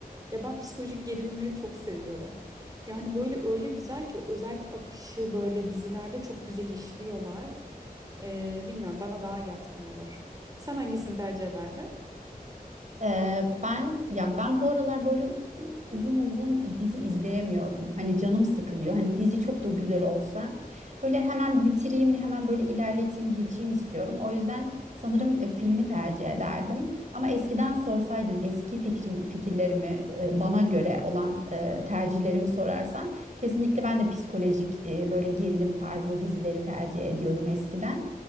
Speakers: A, on the right; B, on the right.
A: Ya ben psikolojik gerilimleri çok seviyorum. Yani böyle öyle güzel ki özellikle akışı böyle dizilerde çok güzel işliyorlar. Ee, bilmiyorum bana daha yatkın olur. Sen hangisini tercih ederdin?
B: Ee, ben ya ben bu aralar böyle u- uzun uzun dizi izleyemiyorum. Hani canım sıkılıyor. Hani dizi çok
A: <laughs>
B: da güzel olsa böyle hemen bitireyim, hemen böyle ilerleteyim, geçeyim istiyorum. O yüzden sanırım e, filmi tercih ederdim. Ama eskiden sorsaydın eski fikrim, fikirlerimi e, bana göre olan e, tercihlerimi sorarsan kesinlikle ben de psikolojik e, böyle gerilim tarzı dizileri tercih ediyordum eskiden.